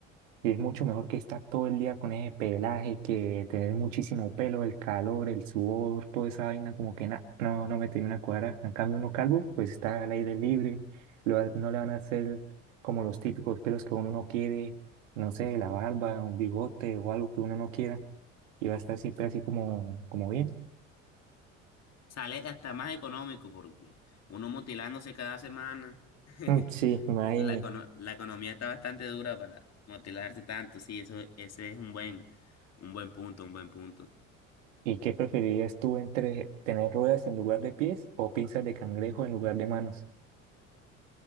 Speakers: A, on the right; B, on the left.
A: Y es mucho mejor que estar todo el día con ese pelaje, que tener muchísimo pelo, el calor, el sudor, toda esa vaina, como que na- no, no me termina de cuadrar. En cambio, uno calvo, pues está al aire libre, lo va- no le van a hacer como los típicos pelos que uno no quiere, no sé, la barba, un bigote o algo que uno no quiera, y va a estar siempre así como, como bien.
B: Sale hasta más económico porque uno motilándose cada semana. <laughs>
A: Mm, Sí, imagínate.
B: La, econo- la economía está bastante dura para motilarse tanto, sí, eso, ese es un buen, un buen punto, un buen punto.
A: ¿Y qué preferirías tú entre tener ruedas en lugar de pies o pinzas de cangrejo en lugar de manos?